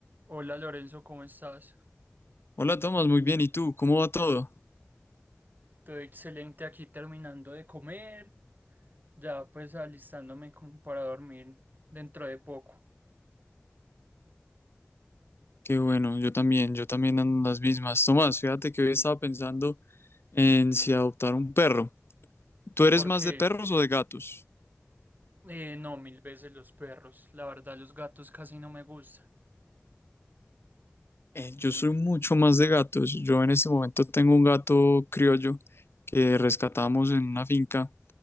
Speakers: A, on the right; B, on the left.
A: Hola Lorenzo, ¿cómo estás?
B: Hola Tomás, muy bien. ¿Y tú? ¿Cómo va todo?
A: Todo excelente aquí terminando de comer, ya pues alistándome como para dormir dentro de poco.
B: Qué bueno, yo también, yo también ando en las mismas. Tomás, fíjate que hoy estaba pensando en si adoptar un perro. ¿Tú eres
A: Porque
B: más de perros o de gatos?
A: eh, no, mil veces los perros, la verdad los gatos casi no me gustan.
B: Eh, yo soy mucho más de gatos. Yo en este momento tengo un gato criollo que rescatamos en una finca